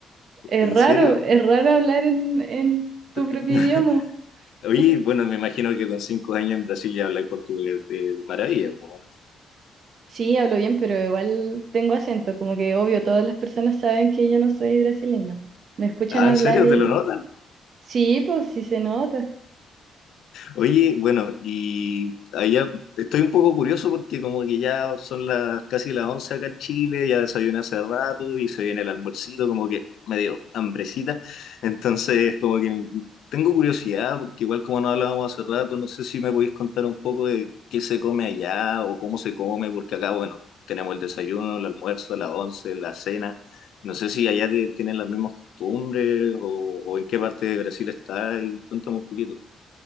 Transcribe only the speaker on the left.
¿En
serio?
<laughs>
Oye,
bueno, me imagino que con cinco años en Brasil ya habláis portugués de maravilla, po, ¿no?
Ah,
¿en serio?
¿Te lo notas?
Oye, bueno, y allá estoy un poco curioso porque como que ya son las casi las 11 acá en Chile, ya desayuné hace rato y se viene el almuercito, como que me dio hambrecita. Entonces, como que tengo curiosidad porque igual como no hablábamos hace rato, no sé si me podéis contar un poco de qué se come allá o cómo se come, porque acá, bueno, tenemos el desayuno, el almuerzo, las 11, la cena. No sé si allá ti- tienen las mismas costumbres o, o en qué parte de Brasil está y cuéntame un poquito.